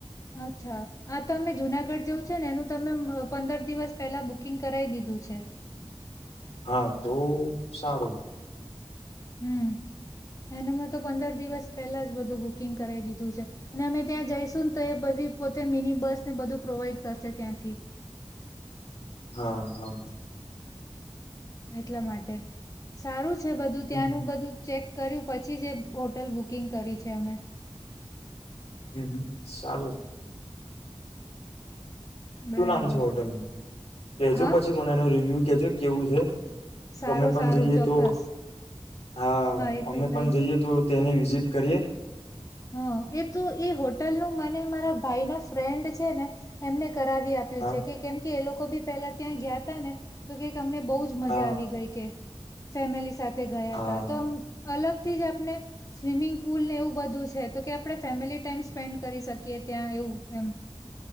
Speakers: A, on the left; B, on the left.
A: અચ્છા આ તમે જુનાગઢ જવું છે, ને એનું તમે પંદર દિવસ પહેલા બુકિંગ કરાવ દીધું છે,
B: હા તો સારું
A: હમ્મ એનેમાં તો પંદર દિવસ પહેલા જ બધું બુકિંગ કરાવ દીધું છે, અને અમે ત્યાં જઈશું ને તો એ બધી પોતે મિની બસ ને બધું પ્રોવાઈડ કરશે, ત્યાંથી
B: હા, હા.
A: એટલા માટે સારું છે, બધું
B: હમ
A: ત્યાંનું
B: હમ
A: બધું ચેક કર્યું પછી જે હોટલ બુકિંગ કરી છે, અમે
B: હું સારું, શું
A: બરાબર
B: નામ છે, હોટેલનું કેજો
A: હા
B: પછી મને એનો રિવ્યુ કેજો કેવું છે.
A: સારું
B: અમે પણ
A: સારું
B: જઈએ
A: ચોક્કસ
B: તો હા
A: એ
B: અમે
A: તો
B: પણ
A: કહીશ
B: જઈએ તો તેને વિઝિટ કરીએ.
A: હા એ તો એ હોટલ નું મને મારા ભાઈ ના ફ્રેન્ડ છે, ને એમને કરાવી આપ્યું
B: હા
A: છે, કે કેમ કે એ લોકો બી પેલા ત્યાં ગયાતા ને તો કેક અમને બહુ જ મજા
B: હા
A: આવી ગઈ કે ફેમિલી સાથે ગયા
B: હા
A: તા તો આમ અલગ. થી જ આપણે સ્વિમિંગ પુલ ને એવું બધું છે તો કે આપણે ફેમિલી ટાઈમ સ્પેન્ડ કરી શકીએ, ત્યાં એવું એમ